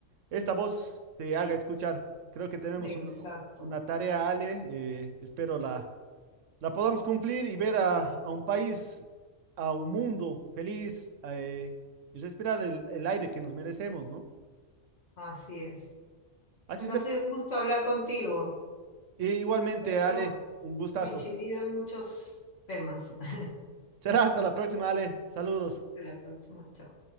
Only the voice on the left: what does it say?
Exacto,
así es.
Bueno,
ha sido un gusto hablar contigo.
Creo
que hemos
coincidido en muchos temas. <laughs> Hasta
la próxima, chao.